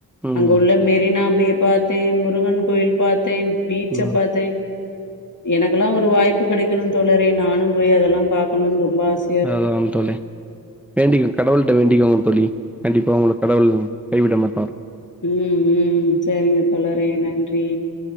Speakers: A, in the centre; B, on the left.
A: ம்
B: அங்க உள்ள மெரினா நா போய் பாத்தேன் முருகன் கோயில் பாத் தேன் பீச்ச
A: ம்
B: பாத்தேன் எனக்குல்லாம் ஒரு வாய்ப்பு கெடைணும் தோழரே நானும் போய் அதெல்லாம் பாக்கணும்னு ரொம்ப ஆசையா
A: அதலா
B: இருக்கு.
A: வரு தோழி வேண்டிக்கிற கடவுள்ட்ட வேண்டி க்கோங்க தோழி கண்டிப்பா உங்கள கடவுள் கைவிடமாட்டார்
B: உம் உம் சேரிங்க தோழரே நன்றி